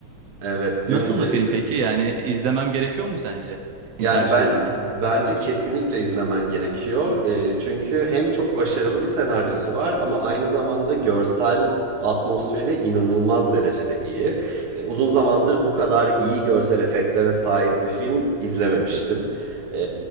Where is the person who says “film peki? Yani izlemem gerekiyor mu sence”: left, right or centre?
Right